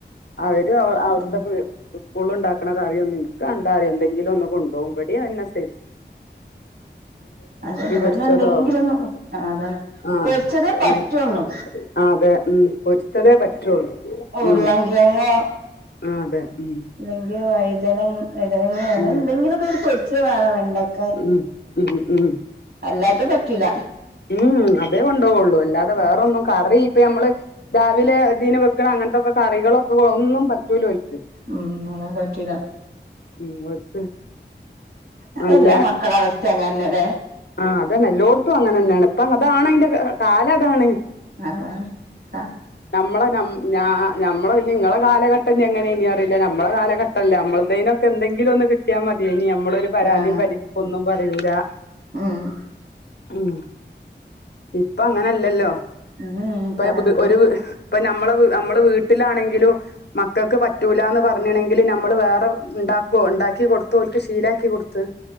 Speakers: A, on the left; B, on the right.
A: അവര് അവ അവ്ട്ത്തെ
B: ഉം
A: പ് സ്കൂൾല്ഇണ്ടാക്ക്ണ കറിയൊന്നും ഇൻക്കാണ്ടാറയും എന്തെങ്കിലും ഒന്ന് കൊണ്ടാേവും ഇവടിം അഅന്നെ സ്ഥിതി
B: അതന്നെ ഇവട്ന്നെന്തെങ്കിലും
A: പൊരിച്ചതോ
B: ഒന്ന് ആഹ് അതാണ്
A: ആഹ്
B: പൊര്ച്ചതേ പറ്റൊള്ളു
A: ആഹ് ആഹ് അതെ ഉം പൊരിച്ചതേ പറ്റാെള്ളൂ
B: ഉരുളങ്കിഴങ്ങോ
A: ഉം ഉം അതെ ഉം
B: അല്ലെങ്കി വൈതന വൈതനങ്ങെ അങ്ങനെ
A: ഉം
B: എന്തെങ്കിലൊക്കാെര് പൊരിച്ചെ വേണം വെണ്ടക്
A: ഉം ഉം ഉം
B: അല്ലാത്ത പറ്റൂല
A: ഹ്ഹും അതേ കൊണ്ടോവൊള്ളു അല്ലാതെ വേറൊന്നും കറി ഇപ്പ നമ്മള് രാവിലെ ഇതീന് വെക്ക്ണ അങ്ങൻത്തൊക്കെ കറികളൊക്കെ ഒന്നും പറ്റ് റ്റൂല ഓൽക്ക്‌
B: ഉം അത് പറ്റൂല
A: ഉം ഓൽക്ക്
B: അഎല്ലാ
A: നല്ല
B: മക്കള അവസ്ഥ അങ്ങനന്നെല്ലേ
A: ആഹ് അതെന്നെ എല്ലോട്ത്തും അങ്ങനെന്നെയാണ് ഇപ്പം അതാണ് അയ്ന്റെ കാലം അതാണ്
B: അആണ് ആഹ്
A: നമ്മളെ ഞം നാ നമ്മള് പിന്നിം ഇങ്ങളെ കാലഘട്ടഞെ എങ്ങനേനി അറിയില്ല നമ്മളെ കാലഘട്ട് അല്ല നമ്മൾതേനൊക്കെ എന്തെങ്കിലും ഒന്ന് കിട്ട്യാ മതിയേനി നമ്മളൊരു പരാതിയും
B: ആഹ്
A: പരിപ്പ് ഒന്നും പറയൂലാ
B: ഉം
A: ഉം ഇപ്പ അങ്ങനെ അല്ലല്ലോ
B: ഉം
A: ഇപ്പ നമ്മക്ക്
B: അങ്ങനല്ല
A: ഒരു വ് ഇപ്പ നമ്മളെ വ് നമ്മള് വീട്ടിലാണെങ്കിലും മക്കക്ക് പറ്റൂലാന്ന് പറഞ്ഞ്ണെങ്കില് നമ്മള് വേറെ ഇണ്ടാക്കോ ഇണ്ടാക്കി കൊട്ത്തു ഓൽക്ക് ശീലാക്കി കൊട്- ത്ത്